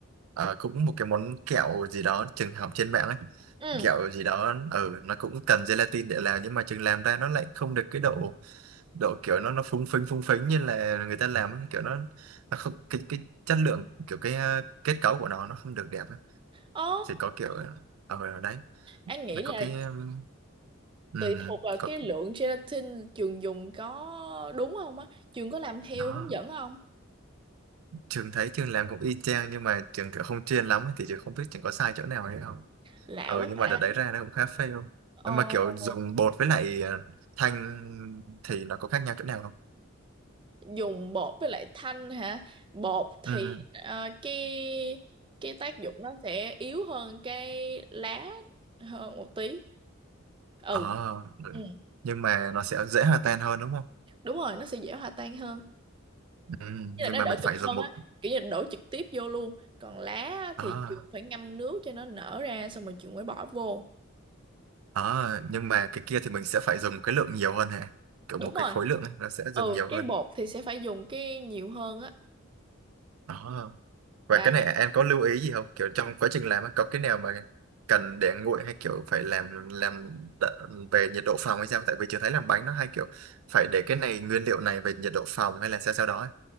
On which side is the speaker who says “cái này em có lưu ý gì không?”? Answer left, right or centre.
Right